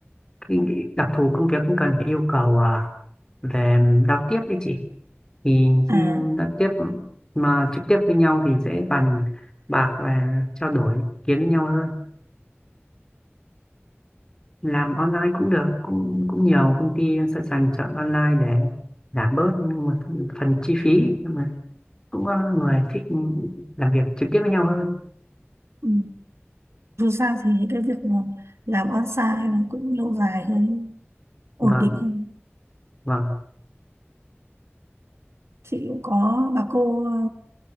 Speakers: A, on the left; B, on the right.
A: cái- cái đặc thù công việc cũng cần phải yêu cầu ờ, về giao tiếp với chị thì
B: à
A: khi giao tiếp mà trực tiếp với nhau thì dễ bàn bạc và trao đổi ý kiến với nhau hơn làm online cũng được cũng cũng nhiều công ty sẵn sàng chọn online để giảm bớt một phần chi phí nhưng mà cũng có người thích làm việc trực tiếp với nhau hơn
B: ừ. dù sao thì cái việc mà làm on-site nó cũng lâu dài hơn ổn
A: vâng
B: định không
A: vâng
B: chị cũng có bà cô